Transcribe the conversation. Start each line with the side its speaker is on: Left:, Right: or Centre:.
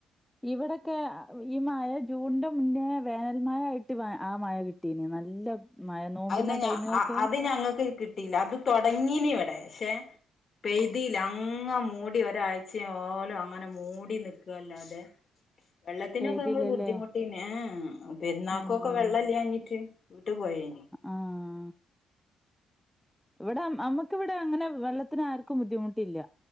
Centre: ഇവിട്ടോക ഈ മഴ ജൂണിന്റെ മുന്നേ വേനൽ മഴ ആയിട്ട് ആ മഴ കിട്ടിണ് നല്ല മഴ
Left: <unintelligible>
Centre: നോമ്പിന്
Left: അ
Centre: ആ ടൈമിനൊക്കെ
Left: അത് ഞങ്ങൾക്ക് കി ട്ടീല അത് തുടങ്ങീനി ഇവിടെ പക്ഷെ പെയ്തില്ല അ അങ്ങ മൂടി ഒരാഴ്ചയോലും അങ്ങനെ മൂടി നിക്കുവല്ലാതെ വെള്ളത്തിനൊക്കെ
Centre: പെയ്തില്ലല്ലേ
Left: നമ്മൾ ബുദ്ധിമുട്ടീനാ ഏ ഏ പെരുന്നാക്കൊക്കെ
Centre: ആഹ്
Left: വെള്ളമില്ലാഞ്ഞിട്ട് വിട്ടു പോയേന്
Centre: ആ ഇവിടെ നമ്മുക്കിവിടെ അങ്ങനെ വെള്ളത്തിന് ആർക്കും ബുദ്ധിമുട്ടില്ല